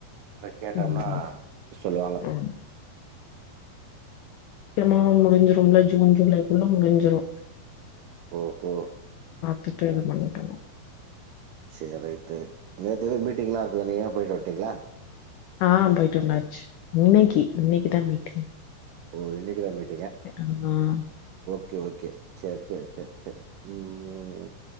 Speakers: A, on the right; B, on the left.
A: இப்ப கேட்டோனா
B: ம்
A: சொல்லுவாங்க
B: ம் க்கிரமா முடிஞ்சிரும்ல ஜூன் ஜூலைக்குள்ள முடிஞ்சிரு
A: ஓஹோ
B: திட்டது பண்ணிக்கங்க
A: சேர் ரைட் ரைட் நேத்து மீட்டிங்லா இரு து நீயா போயிட்டு வட்டீங்ளா
B: ஆஹ் போயிட்டு வந்தாச்சு இன்னைக்கி இன்னைக்கு தான் மீட்டிங்
A: ஓ இன்னைக்கு தா மீட்
B: ஹ
A: ஓகே ஓகே சேரி சேரி சேரி சேரி உம்